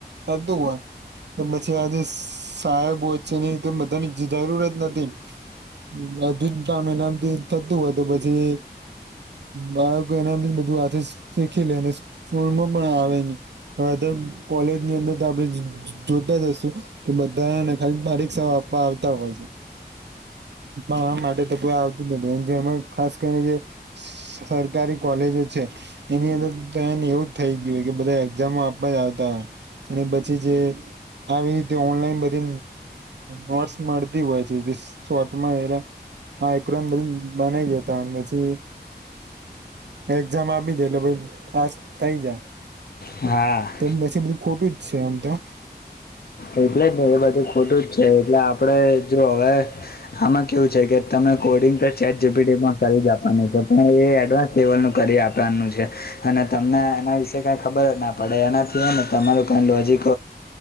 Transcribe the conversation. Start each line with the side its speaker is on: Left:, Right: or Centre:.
Right: એધું હો તો પછી આજે સાહેબો છે ની તો બધાની જરૂરત નથી. બધુ જ ગામે નામથી થતું હોય તો પછી બાળકો એનાથી બધું હથે શીખી લે અને સ્કૂલમાં પણ આવે નહી. હા કોલેજ ની અંદર તો આપડણે જોતા જશું? કે બધાને ખાલી બારીક સવા આપવા આવતા હોય છે. પણ આ માટે તો કો આવતું જ નથી એ જે ખાસ કરીને જે સરકારી કોલેજો છે. એની અંદર તન એવું જ થઈ ગયું હો કે બધા એક્ઝામો આપવા જ આવતા હોય. અને પછી જે આવી રીતે ઓનલાઈન બધી નોટ્સ મળતી હોય છે. શોટમાં એલે હક્રોની બનાઈ જતા પછી એક્ઝામ આપી દે એટલે ભાઈ પાસ થઇ જાય
Left: હા
Right: ન બધું ખોટું જ છે આમ તો
Left: એટલે જ ને એ બધું ખોટું જ છે એટલે આપડે જો હવે આમાં કેવું છે કે તમે કોડિંગ કરશે જીબીડીમાં કરી જ આપવાનું છે પણ એ એડવાન્સ લેવલ નું કરી આપવાનું છે. અને તમને એના વિશે કઈ ખબર ના પડે એનાથી ને તમારું કઈ લોજિક